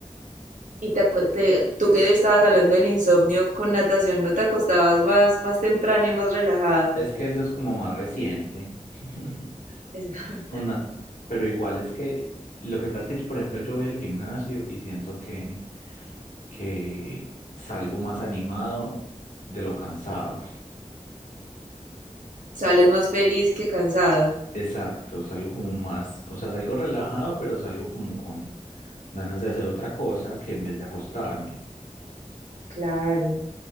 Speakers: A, on the right; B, on the left.
A: Y te, acue- te- tú que estabas hablando del insomnio, con natación no te acostabas más, más temprano y más relajado.
B: Es que eso es como más reciente. <laughs>
A: Es- <laughs>
B: Con na- pero igual es que lo que pasa es que, por ejemplo, yo voy al gimnasio y siento que, que salgo más animado de lo cansado.
A: Sales más feliz que cansado.
B: Exacto, salgo como más, o sea, salgo relajado, pero salgo como con ganas de hacer otra cosa que en vez de acostarme.
A: Claro.